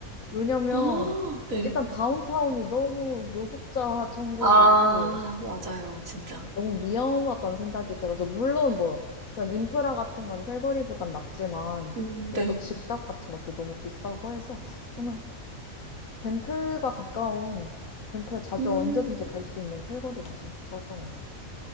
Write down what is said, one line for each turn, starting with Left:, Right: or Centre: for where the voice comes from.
Left: 왜냐면
Right: 아, 네.
Left: 일단 다운타운이 너무 노숙자 천국이고
Right: 아, 맞아요, 진짜.
Left: 너무 위험하다는 생각이 들어서 물론 뭐 그런 인프라 같은 건 캘거리보단 낫지만
Right: 음,
Left: 근데
Right: 네.
Left: 또 집값 같은 것도 너무 비싸고 해서 저는 밴프가 가까운, 밴프에 자주
Right: 음,
Left: 언제든지 갈 수 있는 캘거리가 참 좋았던 것 같아요.